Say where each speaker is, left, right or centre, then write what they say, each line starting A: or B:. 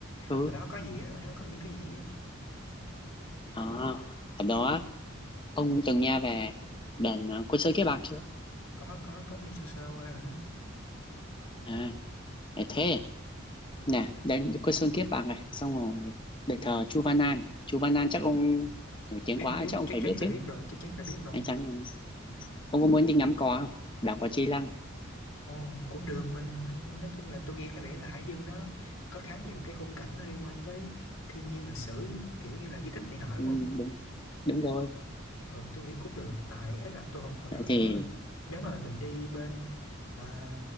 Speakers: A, on the left (about 25°); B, on the left (about 85°).
A: ừ
B: Ở đó có gì á, ở đó có những cái gì á.
A: à, ở đó ông từng nghe về đền à, Côn Sơn Kiếp Bạc chưa
B: Có có có nghe sơ sơ qua rồi đó.
A: à để thế nè đền Côn Sơn Kiếp Bạc này xong rồi đền thờ Chu Văn An này Chu Văn An chắc ông nổi tiếng
B: Biết
A: quá
B: biết
A: chắc ông
B: chắc
A: phải
B: chắn
A: biết
B: phải
A: chứ
B: biết rồi, chắc chắn phải biết rồi.
A: anh chắn rồi. ông có muốn đi ngắm cò không đảo cò Chi Lăng
B: Ồ, cũng được mình, mình mình nói chung là tôi nghe có vẻ là Hải Dương nó có khá nhiều cái khung cảnh nó liên quan tới thiên nhiên lịch sử kiểu như là di tích này nọ đúng
A: ừ,
B: không?
A: đúng đúng rồi
B: ừ tôi nghĩ cũng được tại ấy là tôi học hồi
A: vậy
B: đầu nếu
A: thì
B: mà mình, nếu mà mình đi bên ờ,